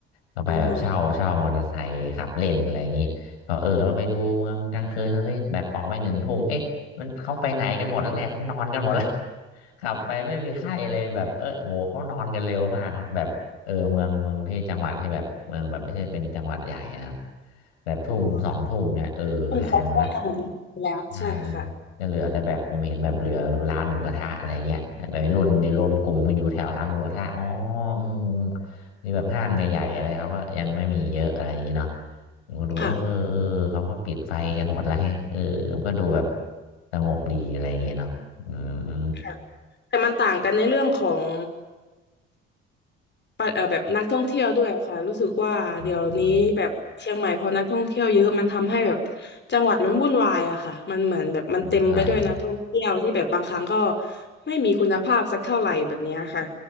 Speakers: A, on the left; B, on the left.
A: ก็ไปแบบเช่าเช่ามอเตอร์ไซค์ขับเล่นอะไรอย่างนี้ก็เออเราไปดูเมืองกลางคืนสักทีแบบออกไปหนึ่งทุ่มเอ๊ะมันเข้าไปไหนกันหมดแล้วเนี่ยเขานอนกันหมดแล้ว
B: อืม
A: ขับไปไม่มีใครเลยแบบเออโหเขานอนกันเร็วมากแล้วแบบเออเมืองเมืองที่จังหวัดที่แบบเมืองแบบไม่ใช่เป็นจังหวัดใหญ่นะครับแบบทุ่มสองทุ่มเนี่ยเออหายหมดละ
B: อ๋อผมขอข้อมูลแล้วใช่ค่ะ
A: ใช่จะเหลือแต่แบบผมเห็นแบบเหลือแบบร้านหมูกระทะอะไรเงี้ยแบบวัยรุ่นนี่รวมกลุ่มกันอยู่แถวร้านหมูกระทะอ๋ออืมนี่แบบห้างใหญ่ๆอะไรเขาก็ยังไม่มีเยอะอะไรอย่างงี้เนาะผมก็ดูเออเออเขาก็ปิดไฟกันหมดแล้วแฮะเออผมก็ดูแบบ
B: ค่ะ
A: สงบดีอะไรเงี้ยเนาะอืม
B: ค่ะแต่มันต่างกันในเรื่องของปะเอ่อแบบนักท่องเที่ยวด้วยค่ะรู้สึกว่าเดี๋ยวนี้แบบเชียงใหม่พอนักท่องเที่ยวเยอะมันทำให้แบบ
A: อืมอืม
B: จังหวัดมันวุ่นวายอะค่ะมันเหมือนแบบมันเต็มไปด้วยนักท่องเที่ยวที่แบบบางครั้งก็
A: อืมใช่ใช่
B: ไม่มีคุณภาพสักเท่าไหร่แบบเนี้ยค่ะ